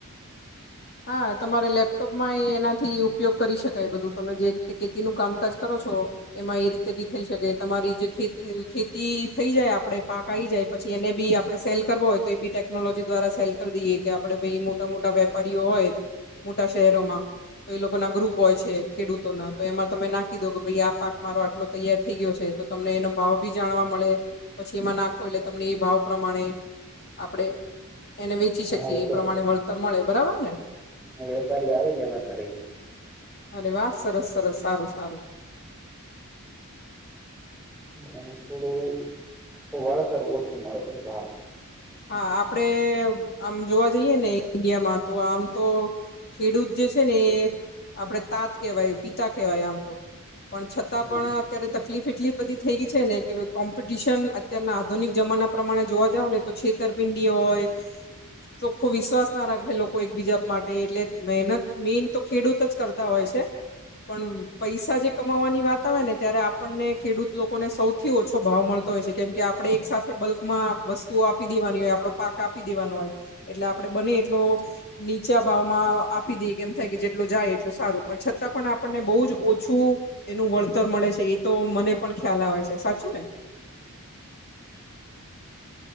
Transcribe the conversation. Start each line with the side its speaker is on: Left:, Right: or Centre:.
Left: હા તમારે લેપ લેપટોપમાં એનાથી ઉપયોગ કરી શકાય બધું તમે જે રીતે ખેતી નું કામકાજ કરો છો એમાં એ રી તે ભી થઈ શકે તમારી જે ખેતી ખેતી થઈ જાય આપડે પાક આવી જાય પછી એને બી આપણે સેલ કરવો હોય તો એ બી ટેક્નોલોજી દ્વારા સેલ કરી દઈએ કે આપડે ભાઈ મોટા મોટા વે વપારી હોય મોટા શહેરોમાં તો એ લોકો ના ગ્રુપ હોય છે ખેડૂતો ના તો એમાં તમે નાખ કીધો કે ભાઈ આ પાક મારો આટલો તૈયાર થઈ ગયો છે તો તમને એનો ભાવ ભી જાણવા મળે પછી એમાં નાક એટલે તમને એ ભાવ પ્રમાણે આપણેે એને વેચી
Centre: હા
Left: શકીએ એ
Centre: તો
Left: પ્રમાણે વળતર મળે બરાબર ને
Centre: વેપારી આવે લેવા ઘરે
Left: અને વાહ સરસ સરસ સારું સારું
Centre: અને થોડું વાળતર ઓછું મળે છે ભાવ
Left: હા આપડે આમ જોવા જઈએ ને ઈન્ડિયામાં તો આમ તો ખેડૂત જે છે ને એ આપડે તાત કેવાય પિતા કહેવાય આમ તો પણ છતાં
Centre: હમ
Left: પણ અત્યારે તકલીફ એટલી બધી થઈ ગઈ છે ને કે કોમ્પિટિશન અત્યના આધુનિક જમાના પ્રમાણે જોવા જાવ ને તો છેતરપિંડી હોય ચોખ્ખો વિશ્વાસ ના રાખે લોકો એકબીજા માટે એટલે મહેનત મેન તો ખેડૂત જ કરતા હોય છે પણ પૈસા જે કમાવાની વાત આવે ને ત્યારે આપ આપણને ખેડૂત લોકોને સૌથી ઓછો ભાવ મળતો હોય છે કેમ કે આપણે એક સાથે બલ્કમાં વસ્તુ આપ આપી દેવાની હોય આપડો પાક આપી દેવાનો હોય એટલે આપડે બને એટલો નીચા ભાવમાં આપી દઈએ કેમ થાય કે જેટલો જાય એટલ સારું પણ છતાં પણ આપણને બહુ જ ઓછું એનું વળતર મળે છે એ તો મને પણ ખ્યાલ આવે છે સાચું ને